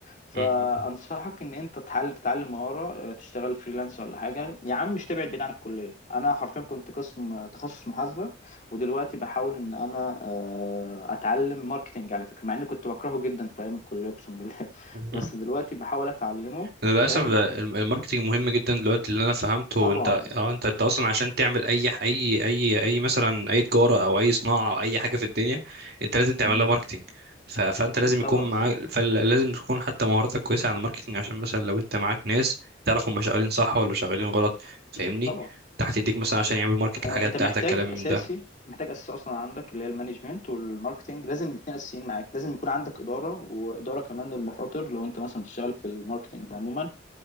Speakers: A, on the left; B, on the right.
A: فانصحك
B: م-
A: ان انت تحاول تتعلم مهاره آه، تشتغل فريلانس ولا حاجه يا عم مش تبعد بعيد عن الكليه انا حرفيا كنت قسم آه، تخصص محاسبه ودلوقتي بحاول ان انا آه، اتعلم ماركتنج على فكره مع اني كنت بكرهه جدا في ايام الكليه اقسم بالله <laughs>
B: م.
A: بس
B: <laughs>
A: دلوقتي بحاول اتعلمه
B: للاسف
A: انت فاهم
B: ده الم- الماركتينج مهم جدا دلوقتي اللي انا فهمته
A: طبعا
B: انت اه انت انت اصلا عشان تعمل اي ح- اي اي اي مثلا اي تجاره او اي صناعه او اي حاجه في الدنيا انت لازم تعمل
A: مم.
B: لها ماركتينج ف- فانت لازم
A: اكيد طبعا
B: يكون معاك فلازم تكون حتى مهاراتك كويسه على الماركتينج عشان مثلا لو انت معاك ناس تعرف هم شغالين صح ولا شغالين غلط فاهمني
A: طبعا
B: تحت ايديك مثلا عشان يعملوا ماركت
A: آه،
B: الحاجات
A: انت
B: بتاعتك
A: محتاج
B: كلام
A: اساسي
B: من ده
A: محتاج اساسي اصلا عندك اللي هي المانجمنت والماركتنج لازم الاثنين اساسيين معاك لازم يكون عندك اداره واداره كمان للمخاطر لو انت مثلا بتشتغل في الماركتنج عموما